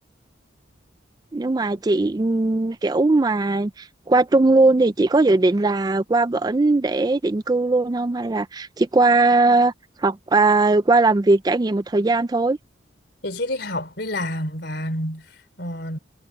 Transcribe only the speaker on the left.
thì chị chỉ đi học đi làm và ờ,